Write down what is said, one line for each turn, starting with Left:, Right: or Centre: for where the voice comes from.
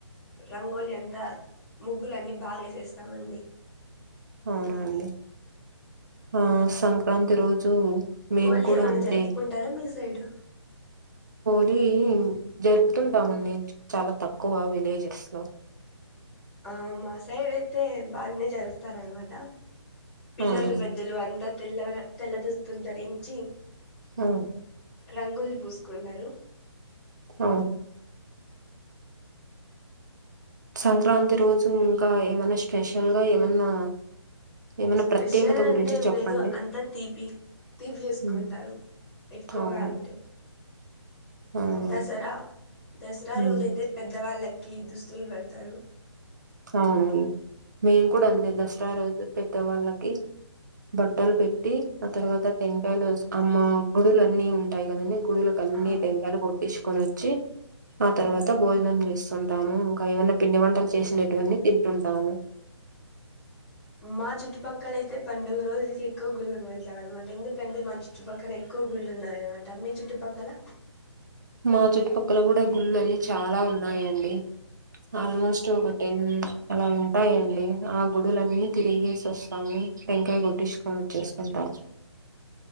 Left: రంగోలి అంతా ముగ్గులు అన్ని బాగా వేసేస్తామండి
Right: అవునండి ఆ సంక్రాంతి రోజు మేము
Left: హోలీ
Right: కూడా
Left: ఏమన్నా
Right: అంతే.
Left: జరుపుకుంటారా మీ సైడు
Right: హోలీ జరుపుతుంటామండి చాలా తక్కువ విలేజెస్ లో
Left: ఆ మా సైడ్ అయితే బానే జరుపుతార అనమాట పిల్లలు
Right: అవును
Left: పెద్దలు అంతా తెల్లర తెల్ల దుస్తులు ధరించి
Right: ఉ
Left: రంగులు పూసుకుంటారు
Right: అ సంక్రాంతి రోజు ఇంకా ఏమన్నా స్పెషల్ గా ఏమన్నా ఏమైనా
Left: స్పెషల్
Right: ప్రత్యేకత
Left: అంటే
Right: గురించి
Left: ఏం
Right: చెప్పండి
Left: లేదు అంతా తీపి తీపిచేసుకుంటారు
Right: ఉమ్
Left: ఎక్కువగా
Right: అవును
Left: అంటే
Right: అవును
Left: దసరా దసరా
Right: ఉమ్
Left: రోజయితే పెద్దవాళ్ల కి దుస్తులు పెడతారు
Right: అవునండి మేము కూడా అంతే దసరా రోజు పెద్దవాళ్ళకి బట్టలు పెట్టి ఆ తర్వాత టెంకాయలు అమ్మ గుడులు అన్నీ ఉంటాయి కదండి గుళ్లకు అన్ని
Left: ఆ
Right: టెంకాయలు కొట్టించుకొని వచ్చి ఆ తర్వాత భోజనం చేస్తుంటాము ఇంకా ఏమనా పిండి వంటలు చేసి టివన్నీ తింటుంటాము
Left: మా చుట్టుపక్కల ఐతే పండుగ రోజులకి ఎక్కువ గుళ్ళకి వెళ్ నమాట ఎందుకంటే మా చుట్టుపక్కల ఎక్కువ గుళ్ళు ఉన్నాయనమాట మీ చుట్టుపక్కల
Right: మా చుట్టుపక్కల కూడా గుళ్లు అన్నీ చాలా ఉన్నాయండి ఆల్మోస్ట్ ఒక టెన్ అలా ఉంటాయండి ఆ గుడులన్నీ తిరిగేసివస్తాము టెంకాయ్ కొట్టిచ్చుకువచేస్తాంతర